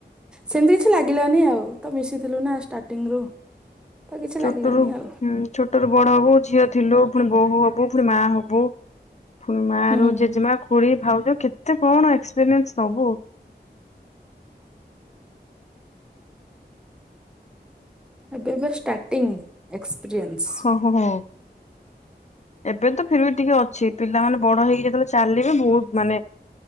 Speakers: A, in the centre; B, on the left.
A: ସେମିତି କିଛି ଲାଗିଲାନି ଆଉ ତ ମିଶିଥିଲୁ ନା ଷ୍ଟାର୍ଟିଂ ରୁ। ତ କିଛି
B: ଛୋଟ
A: ଲାଗିଲାନି
B: ରୁ
A: ଆଉ
B: ଛୋଟ ରୁ ବଡ ହବୋ ଝିଅ ଥିଲୁ ପୁଣି ବୋହୂ ହବୁ ପୁଣି ମାଆ ହବୁ ପୁଣି ମା
A: ହୁଁ
B: ରୁ ଜେଜେମା ଖୋଡି। ଭାଉଜ କେତେ କଣ ଏକ୍ସପିରିଏନ୍ସ ନବୁ।
A: ଏବେଏବେ ଷ୍ଟାର୍ଟି ଏକ୍ସପିରିଏନ୍ସ।
B: ହଁ ହଁ ହଁ ଏବେ ତ ଫିର ବି ଟିକେ ଅଛି ପିଲାମାନୋନେ ବଡ ହେଇକି ଯେତେବେଳେ ଚାଲିବେ ବହୁତ ମାନେ